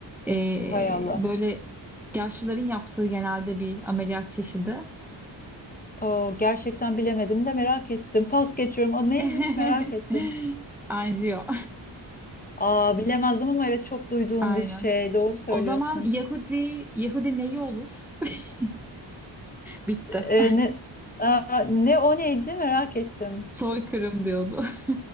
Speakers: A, in the centre; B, on the left.
A: E,
B: Hay Allah.
A: böyle yaşlıların yaptığı genelde bir ameliyat çeşidi.
B: Aa, gerçekten bilemedim de merak ettim. Pas geçiyorum. Aa, neymiş
A: <laughs>
B: merak ettim.
A: Anjiyo.
B: Aa, bilemezdim ama evet çok duyduğum
A: Aynen.
B: bir şey. Doğru söylüyorsun.
A: O zaman Yahudi Yahudi neyi olur? <laughs> Bitti.
B: Ee, ne, aa, ne o neydi merak ettim.
A: Soykırım diyordu. <laughs>